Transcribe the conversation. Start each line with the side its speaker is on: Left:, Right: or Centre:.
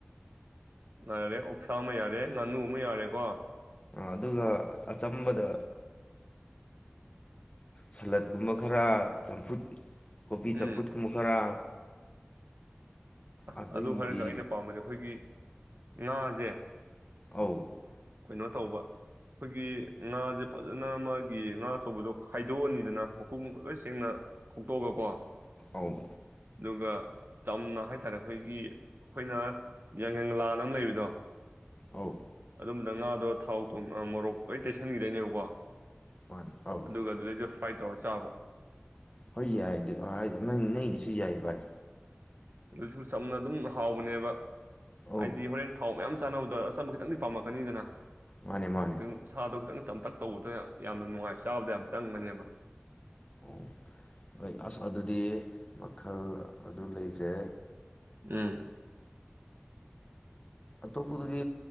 Right: ꯌꯥꯔꯦ ꯑꯣꯛꯁꯥ ꯑꯃ ꯌꯥꯔꯦ ꯉꯥꯅꯨ ꯑꯃ ꯌꯥꯔꯦꯀꯣ
Left: ꯑꯗꯨꯒ ꯑꯆꯝꯕꯗ ꯁꯂꯠꯀꯨꯝꯕ ꯈꯔ ꯆꯝꯐꯨꯠ ꯀꯣꯕꯤ
Right: ꯎꯝ
Left: ꯆꯝꯐꯨꯠꯀꯨꯝꯕ ꯈꯔ
Right: ꯑ
Left: ꯑꯗꯒꯤꯗꯤ
Right: ꯑꯗꯨ ꯍꯥꯏꯔꯒ ꯑꯩꯅ ꯄꯥꯝꯕꯗꯤ ꯑꯩꯈꯣꯏꯒꯤ ꯃꯥꯖꯦ
Left: ꯑꯧ
Right: ꯀꯩꯅꯣ ꯇꯧꯕ ꯑꯈꯣꯏꯒꯤ ꯉꯥꯁꯦ ꯐꯖꯅ ꯃꯥꯒꯤ ꯉꯥ ꯑꯆꯧꯕꯗꯣ ꯈꯥꯏꯗꯣꯛꯑꯅꯤꯗꯅ ꯃꯀꯨ ꯂꯣꯏ ꯁꯦꯡꯅ ꯈꯣꯛꯇꯣꯛꯑꯒꯀꯣ
Left: ꯑꯧ
Right: ꯑꯗꯨꯒ ꯆꯝꯅ ꯇꯥꯔꯦ ꯑꯈꯣꯏꯒꯤ ꯑꯈꯣꯏꯅ ꯌꯥꯐꯉꯪꯂꯥꯅ ꯑꯃ ꯂꯩꯕꯗꯣ
Left: ꯑꯧ
Right: ꯑꯗꯨꯝꯕꯗ ꯉꯥꯗꯣ ꯊꯥꯎ ꯊꯨꯝ ꯃꯣꯔꯣꯛ ꯂꯣꯏ ꯇꯩꯁꯟꯒꯤꯗꯣꯏꯅꯦꯕꯀꯣ
Left: ꯃꯥꯅꯤ ꯑꯧ
Right: ꯑꯗꯨꯒ ꯑꯗꯨꯗꯩꯗ ꯐ꯭ꯔꯥꯏ ꯇꯧꯔ ꯆꯥꯕ
Left: ꯍꯣꯏ ꯌꯥꯏ ꯑꯗꯨ ꯅꯪ ꯅꯪꯗꯨꯁꯨ
Right: ꯑꯁ
Left: ꯌꯥꯏ ꯕꯥꯏ
Right: ꯑꯗꯨꯁꯨ ꯆꯝꯅ ꯑꯗꯨꯝ ꯍꯥꯎꯕꯅꯦꯕ
Left: ꯑꯧ
Right: ꯍꯥꯏꯗꯤ ꯍꯣꯔꯦꯟ ꯊꯥꯎ ꯃꯌꯥꯝ ꯗ ꯑꯆꯝꯕ ꯈꯤꯇꯪꯗꯤ ꯄꯥꯝꯃꯛꯛꯀꯅꯤꯗꯅ
Left: ꯃꯥꯅꯦ ꯃꯥꯅꯦ
Right: ꯅꯪ ꯁꯥꯗꯣ ꯈꯤꯇꯪ ꯆꯝꯊꯛ ꯇꯧꯕꯗ ꯌꯥꯝꯅ ꯅꯨꯡꯉꯥꯏ ꯆꯥꯕꯗ ꯌꯥꯝ ꯆꯪꯕꯅꯦꯕ
Left: ꯎ ꯍꯣꯏ ꯑꯁ ꯑꯗꯨꯗꯤ ꯃꯈꯜ ꯑꯗꯨ ꯂꯩꯒ꯭ꯔꯦ
Right: ꯎꯝ
Left: ꯑꯇꯣꯞꯄꯗꯗꯤ